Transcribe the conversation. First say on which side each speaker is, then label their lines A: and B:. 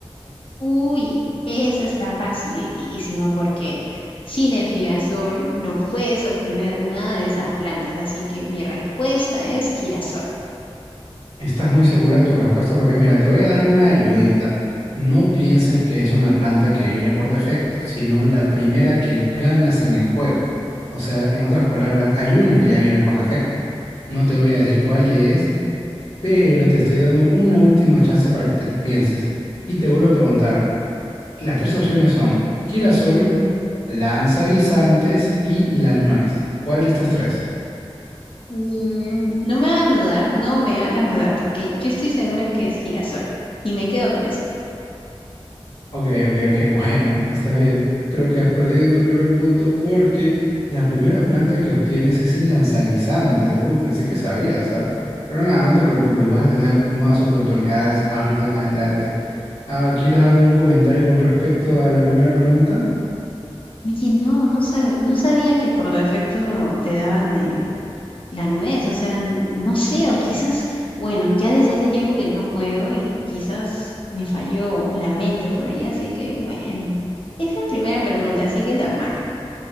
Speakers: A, on the left; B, on the left.
A: Uy, esa está facilísima porque sin el girasol no puedes obtener nada de esas plantas, así que mi respuesta es girasol.
B: Estás muy segura de tu respuesta porque mira, te voy a dar una ayudita. No pienses que es una planta que viene por defecto, sino la primera que ganas en el juego. O sea, en otras palabras, hay una que ya viene por defecto. No te voy a decir cuál es, pero te estoy dando una última chance para que te lo pienses. Y te vuelvo a preguntar, las tres opciones son girasol, lanza guisantes y la nuez. ¿Cuál de estas tres?
A: Mm, no me hagas dudar, no me hagas dudar porque yo estoy segura que es girasol y me quedo con eso.
B: Ok, ok, ok, <laughs> bueno, está bien. Creo que has perdido tu primer punto porque la primera planta que obtienes es el lanzaguisantes. Uy, pensé que sabías, ¿ah? Pero nada, no te preocupes, vas a tener más oportunidades ahorita en adelante. Ah, ¿quieres dar algún comentario con respecto a la primera pregunta?
A: Oye, no, no sab- no sabía que por defecto te daban el, la nuez, o sea, n- no sé, o quizás, bueno, ya desde hace tiempo que no juego y quizás me falló la mente por ahí, así que bueno, es la primera pregunta, así que normal.